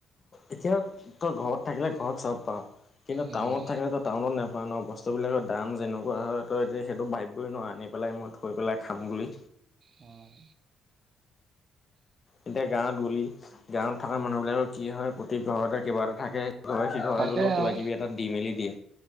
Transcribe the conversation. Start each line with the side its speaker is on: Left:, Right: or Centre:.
Left: এতিয়া তই ঘৰত থাকিলে ঘৰত চব পাওঁ কিন্তু
Right: উম
Left: টাউনত থাকিলে তই টাউনত নেপোৱা ন', বস্তুবিলাকৰ দাম যেনেকুৱা হয়, তই এতিয়া সেইটো ভাবিবই নোৱাৰ আনি পেলাই মই থৈ পেলাই খাম বুলি।
Right: উম।
Left: এতিয়া গাঁৱত গ'লি গাঁৱত থকা মানুহবিলাকৰ কি হয় প্ৰতি ঘৰতে কিবা এটা থাকে ইঘৰে সিঘৰে
Right: তাকে
Left: গ'লেও
Right: আৰু
Left: কিবা কিবি এটা দি মেলি দিয়ে।